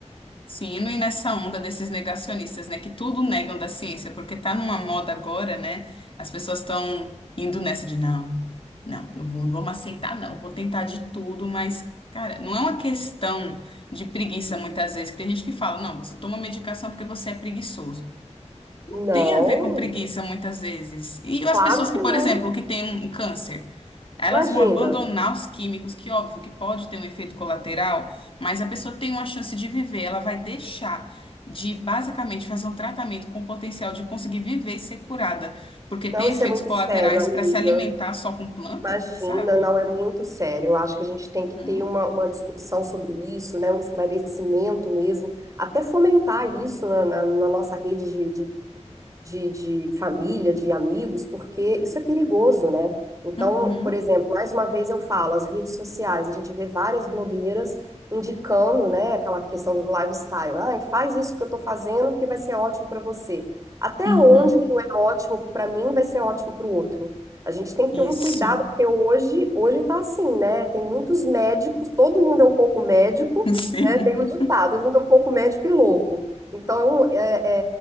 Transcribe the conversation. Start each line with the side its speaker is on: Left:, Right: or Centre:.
Left: Sim, e não ir nessa onda desses negacionistas, né, que tudo negam da ciência, porque tá numa moda agora, né? As pessoas estão indo nessa de não, não, não vou- não vamos aceitar, não, vou tentar de tudo, mas, cara, não é uma questão de preguiça muitas vezes, que tem gente que fala, não, você toma medicação porque você é preguiçoso
Right: Não,
Left: tem a ver com preguiça muitas vezes. E as
Right: claro
Left: pessoas
Right: que
Left: que, por
Right: não.
Left: exemplo, que têm um câncer, elas
Right: Imagina.
Left: vão abandonar os químicos, que óbvio que pode ter um efeito colateral, mas a pessoa tem uma chance de viver, ela vai deixar de basicamente fazer um tratamento com o potencial de conseguir viver e ser curada, porque
Right: Não,
Left: tem
Right: isso
Left: efeitos
Right: é muito
Left: colaterais
Right: sério, amiga.
Left: para se alimentar só com planta,
Right: Imagina,
Left: sabe?
Right: não é muito sério. Eu acho que a gente tem que
Left: Uhum,
Right: ter uma, uma discussão sobre isso, né? Um esclarecimento mesmo, até fomentar isso na, na- na nossa rede de de, de família, de amigos, porque isso é perigoso, né? Então,
Left: uhum,
Right: por exemplo, mais uma vez eu falo, as redes sociais, a gente vê várias blogueiras indicando, né, aquela questão do lifestyle. Ah, faz isso que eu tô fazendo que vai ser ótimo para você. Até
Left: uhum.
Right: onde que é ótimo para mim vai ser ótimo para o outro? A gente tem que
Left: Isso,
Right: ter um cuidado, porque hoje, hoje tá assim, né? Tem muitos médicos, todo mundo é um pouco médico,
Left: <laughs> sim.
Right: né? Tem o ditado, todo mundo é um pouco médico e louco. Então, é,